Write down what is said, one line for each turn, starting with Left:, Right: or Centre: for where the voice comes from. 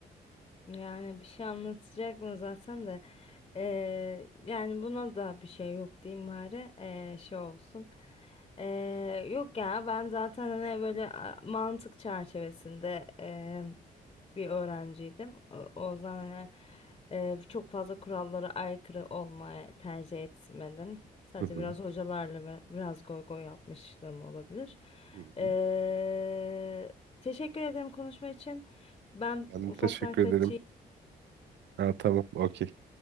Left: Yani bir şey anlatacak mı zaten de eee, yani buna da bir şey yok diyeyim bari Eee, şey olsun. Eee, yok ya ben zaten hani böyle a, mantık çerçevesinde eee, bir öğrenciydim. O, o yüzden hani eee, çok fazla kurallara aykırı olmayı tercih etmedim. Sadece
Right: Hı hı.
Left: biraz hocalarla ve biraz goy goy yapmışlığım olabilir.
Right: Hı hı.
Left: Eee, teşekkür ederim konuşma için. Ben
Right: Ben
Left: ufaktan
Right: de teşekkür
Left: kaçayım.
Right: ederim. Ha, tamam, okey.